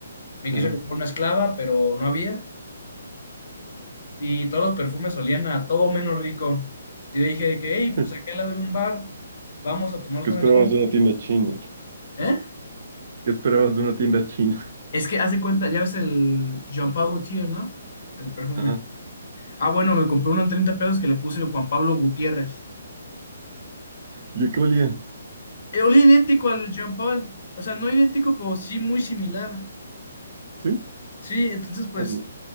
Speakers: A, on the left; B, on the right.
A: me
B: ajá.
A: quise comprar una esclava, pero no había, y todos los perfumes olían a todo menos rico. Y le dije de que, hey,
B: <laughs>
A: pues acá al lado de un bar, vamos a tomarnos
B: ¿Qué
A: una
B: esperabas
A: chela.
B: de una tienda china?
A: ¿Eh?
B: ¿Qué esperabas de una tienda china? <laughs>
A: Es que haz de cuenta, ya ves el Jean Paul Gaultier, ¿no? El perfume.
B: Ajá.
A: Ah, bueno, me compré uno en 30 pesos que le puse el Juan Pablo Gutiérrez.
B: ¿Y a qué olía?
A: Eh, olía idéntico al Jean Paul, o sea, no idéntico, pero sí muy similar.
B: ¿Sí?
A: Sí, entonces pues
B: Ah, no.